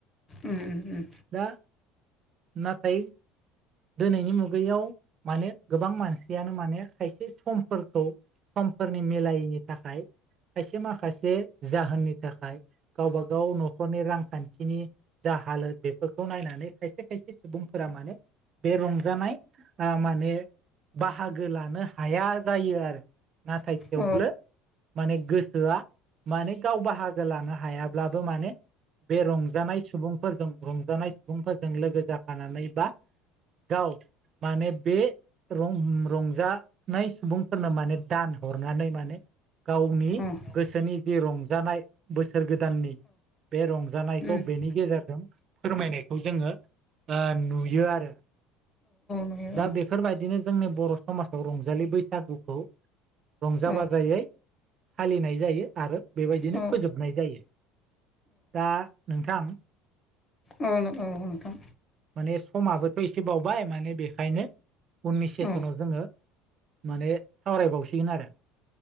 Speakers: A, on the left; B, on the right.
A: उम उम उम
B: दा नाथाय दिनैनि मुगायाव माने गोबां मानसियानो माने खायसे समफोरखौ समफोरनि मिलायैनि थाखाय खायसे माखासे जाहोननि थाखाय गावबा गाव न'खरनि रांखान थिनि जा हालोद बेफोरखौ नायनानै खायसे खायसे सुबुंफोरा माने बे रंजानाय आ माने बाहागो लानो हाया जायो आरो नाथाय थेवबो
A: औ
B: माने गोसोआ माने गाव बाहागो लानो हायाब्लाबो माने बे रंजानाय सुबुंफोरजों रंजानाय सुबुंफोरजों लोगो जाफानानै बा गाव माने बे रं रंजानाय सुबुंफोरनो माने दान हरनानै माने गावनि
A: औ
B: गोसोनि जि रंजानाय बोसोर गोदाननि बे रंजानायखौ
A: औ
B: बेनि गेजेरजों फोरमायनायखौ जोङो ओ नुयो आरो
A: नुयो
B: दा बेफोरबायदिनो जोंनि बर' समाजाव रंजालि बैसागुखौ रंजा
A: औ
B: बाजायै फालिनाय जायो आरो बेबायदिनो
A: औ
B: फोजोबनाय जायो दा नोंथां
A: औ औ नोथां
B: माने समाबोथ एसे बावबाय माने बेखायनो उननि सेसनाव
A: औ
B: जोङो माने सावरायबावसिगोन आरो